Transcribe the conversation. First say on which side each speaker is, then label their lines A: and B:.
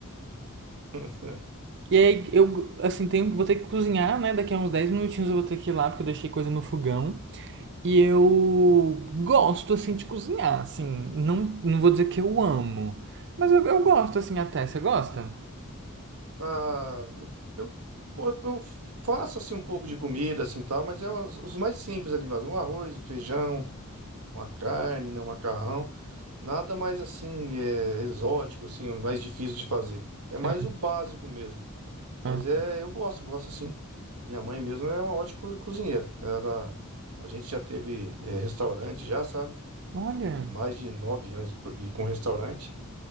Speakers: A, on the right (about 80°); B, on the right (about 50°).
A: <laughs>
B: E aí eu, assim, tenho, vou ter que cozinhar, né? Daqui a uns 10 minutinhos eu vou ter que ir lá, porque eu deixei coisa no fogão. E eu gosto, assim, de cozinhar, assim. Não, não vou dizer que eu amo, mas eu, eu gosto, assim, até. Você gosta?
A: Ah, eu, pô, eu- eu faço assim um pouco de comida assim tal, mas é os, os mais simples ali, mas um arroz, um feijão, uma carne, né, um macarrão, nada mais assim é, exótico assim, mais difícil de fazer. É mais
B: Ah,
A: o básico mesmo. Mas
B: ah.
A: é, eu gosto, gosto sim. Minha mãe mesmo é uma ótima co- cozinheira. Ela, a gente já teve é, restaurante já, sabe?
B: Olha,
A: Há Mais de nove anos por- e com restaurante.